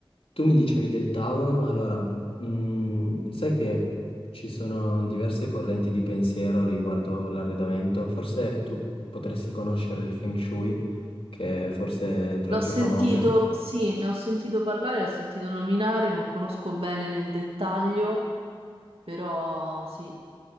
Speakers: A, on the left (about 80°); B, on the right (about 80°).
A: tu mi dicevi del Tauro, allora mm, sai che ci sono diverse correnti di pensiero riguardo l'arredamento. Forse tu potresti conoscere il Feng Shui, che è forse tra
B: L'ho
A: le più
B: sentito,
A: famose.
B: sì, ne ho sentito parlare, l'ho sentito nominare, non conosco bene nel dettaglio, però sì.